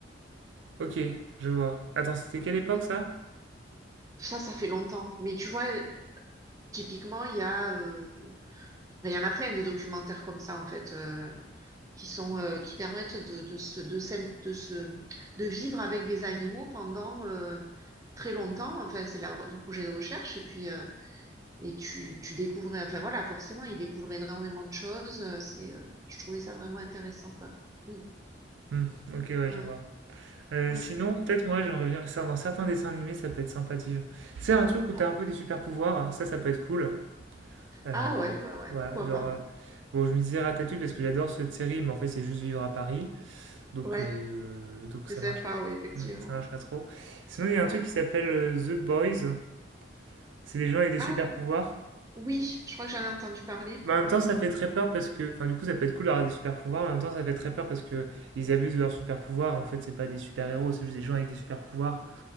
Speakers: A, on the right (about 80°); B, on the right (about 20°).
A: ok, je vois. Attends, c'était quelle époque
B: Ouais.
A: ça?
B: Ça, ça fait longtemps. Mais tu vois, typiquement, il y a, euh, il y en a plein des documentaires comme ça, en fait. euh, qui sont euh, qui permettent de, de se, de, s'in- de se- de vivre avec des animaux pendant euh, très longtemps. Enfin, c'est la- le projet de recherche et puis euh, et tu tu découvres. Enfin voilà, forcément, ils découvrent énormément de choses. Euh, C'est euh, je trouvais ça vraiment intéressant quoi. Mm.
A: Hmm, ok, ouais,
B: Ouais
A: je
B: ouais
A: vois. Euh,
B: ouais.
A: sinon, peut-être moi, j'aimerais bien. ça, Dans certains dessins animés, ça peut être sympa de vivre. C'est un truc où t'as
B: Ah oui.
A: un peu des super pouvoirs, hein, ça, ça peut être cool. Euh,
B: Ah ouais ouais ouais.
A: voilà,
B: Pourquoi
A: genre.
B: pas.
A: euh, Bon, je me disais Ratatouille parce que j'adore cette série, mais en fait, c'est juste vivre à Paris, donc,
B: Ouais,
A: euh, donc
B: c'est
A: ça
B: sympa.
A: marche,
B: Ouais, effectivement.
A: hmm, ça marche pas trop. Sinon, il y a
B: Ouais.
A: un truc qui s'appelle euh, The Boys. C'est des gens avec des
B: Ah
A: super pouvoirs.
B: oui, je crois que j'en ai entendu parler.
A: Mais en même
B: Mm.
A: temps, ça fait très peur parce que, enfin, du coup, ça peut être cool d'avoir des super pouvoirs. mais En même temps, ça fait très peur parce que ils abusent de leurs super pouvoirs. En fait, c'est pas des super héros, c'est juste des gens avec des super pouvoirs